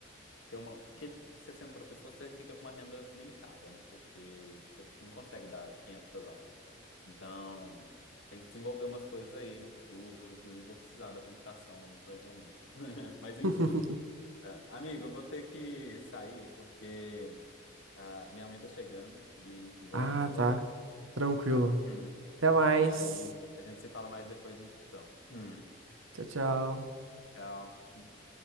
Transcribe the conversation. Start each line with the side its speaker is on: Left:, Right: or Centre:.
Left: ter uma. Porque você sendo professor, você fica com uma renda limitada, né? Porque você não consegue dar 500 aulas. Então, tem que desenvolver umas coisas aí no futuro. Inclusive, vou precisar da computação aí, provavelmente. <laughs> Mas, enfim.
Right: <laughs>
Left: Ah, amigo, eu vou ter que sair, porque ah, minha mãe tá chegando. E, enfim, vou
Right: Ah,
Left: lá receber
Right: tá.
Left: ela,
Right: Tranquilo.
Left: tá? Hum.
Right: Até mais.
Left: E aí, a gente se fala mais depois, então. Hum.
Right: Tchau, tchau.
Left: Tchau. Hum.